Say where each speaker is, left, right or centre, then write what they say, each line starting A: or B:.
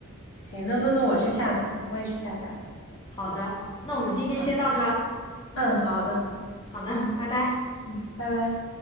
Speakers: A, on the left; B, on the left.
A: 行，那那那我去下载，我也去下载。
B: 好的，那我们今天先到这儿
A: 好，嗯，好的，
B: 好的，
A: 嗯
B: 拜拜。
A: 嗯，拜拜。